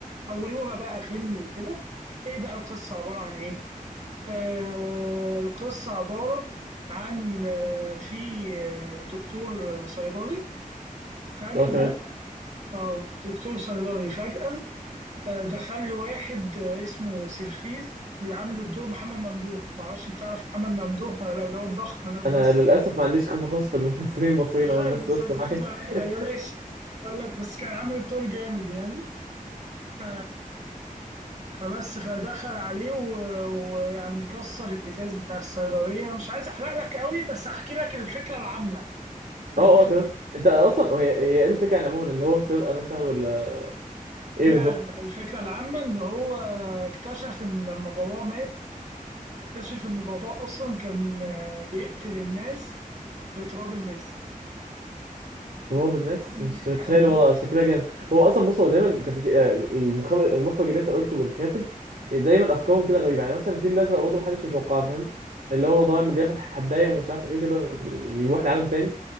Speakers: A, on the right; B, on the right.
A: حولوها بقى فيلم وكده ايه بقى القصه عباره عن ايه آه، القصة عبارة عن آه، في آه، دكتور صيدلي فجأة
B: اه تمام
A: اه دكتور صيدلي فجأة آه، دخل له واحد آه، اسمه سيرفيس اللي عامل الدور محمد ممدوح معرفش انت تعرف محمد ممدوح ولا لا، اللي هو الضخم ده الممثل
B: انا للاسف ما عنديش خبره خالص في الممثلين المصريين
A: <laughs>
B: عموما
A: المسلسل
B: بس قصه معايا <laughs>
A: حاجة ماشي <laughs> اقول لك بس كان عامل الدور جامد يعني ف... فبس فدخل عليه و- ويعني كسر الازاز بتاع الصيدليه مش عايز احرق لك قوي بس احكي لك الفكره العامه يعني عارف
B: اه
A: الفكرة
B: اه تمام انت اصلا
A: العامة.
B: هي هي ايه الفكره يعني عموما اللي هو السرقه مثلا ولا ايه
A: لا
B: بالظبط
A: لا لا الفكره العامه ان هو اكتشف ان لما باباه مات اكتشف ان باباه اصلا كان آه، بيقتل الناس بتراب الماس
B: هو بالمس
A: تراب
B: مش
A: الماس
B: متخيل
A: يعني
B: الوضع بس شكلها جامد هو اصلا بص هو دايما تفك... آه، المخرج المخرج اللي انت قلته والكاتب دايما افكارهم كده غريبه يعني مثلا الفيل الازرق برضه محدش يتوقعها فاهم اللي هو موضوع انه بياخد حبايه ومش عارف ايه وكده يروح لعالم تاني